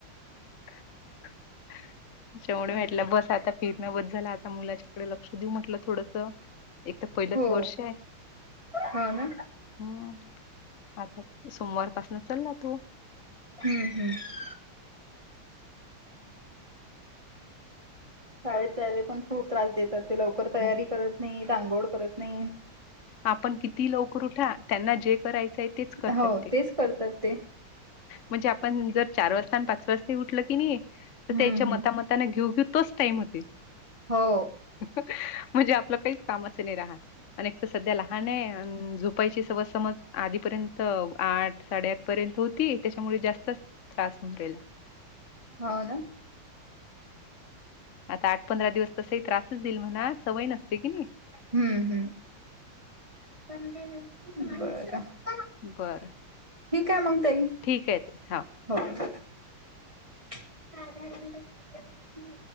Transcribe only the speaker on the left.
<unintelligible> त्याच्यामुळे मी म्हटलं बस आता फिरण बस झाला आता मुलाच्याकडे लक्ष देऊ म्हटल. थोडस एक तर पहिलंच
वर्ष आहे.
हम्मं आता सोमवारपासन चालला तो.
हो
आपण किती लवकर उठा त्यांना जे करायचंय तेच करतात
ते
म्हणजे आपण जर चार वाजता आणि पाच वाजता उठल की नाही
तर त्याच्या मातामत
त्यांना घेऊ-घेऊ तोच टाईम होते
<unintelligible> म्हणजे आपलं काहीच कामचं नाही राहत. अन एक तर सध्या लहान आहे झुपायची सवज समज आधीपर्यंत आठ साडेआठ पर्यंत होत ती त्याच्यामुळे जास्तच त्रास होऊन राहिला.
आता आठ पंधरा दिवस तसे त्रासच देईल म्हणा सवय नसते कि नाही.
बरं.
ठीक आहेत हा.